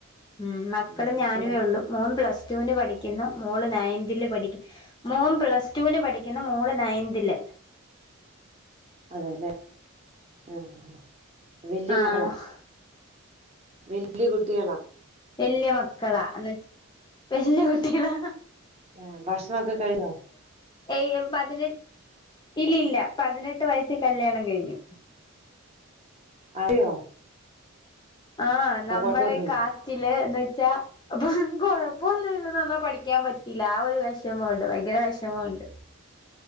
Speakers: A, on the left; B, on the right.
A: ഉം മക്കളും
B: ഉം മക്കള്
A: ഞാനുവേ ഒള്ളൂ മോൻ പ്ലസ് ടുവിന് പഠിക്കിന്നു മോള് നയൻ ത്തില് പഠിക് മോൻ പ്ലസ് ടുവിന് പഠിക്കുന്നു മോള് നയന്തില്
B: അതെല്ലേ ആഹ് വെല്യ
A: ആഹ്
B: മകളാ വല്യ കുട്ടികളാ
A: വെല്യ മക്കളാ <unintelligible> വല്യ കുട്ടികളാ
B: ആഹ് ഭക്ഷണം ഒക്കെ കഴിഞ്ഞോ?
A: എഹ് ഇ പതിനെ ഇല്ലല്ല പതിനെട്ട് വയസ്സി കല്യാണം കഴിഞ്ഞു
B: <unintelligible>
A: ആഹ്
B: അപ്പൊ
A: നമ്മടെ
B: കൊഴപ്പൊന്നുല്ല
A: ഈ കാസ്റ്റില് എന്നു വെച്ചാ അപ്പൊ കൊഴപ്പൊന്നും ഇല്ലന്ന് പറഞ്ഞ പഠി ക്കാൻ പറ്റില്ല ആഹ് ഒരു വെഷമം ഒണ്ട് ഭയങ്കര വിഷമോണ്ട്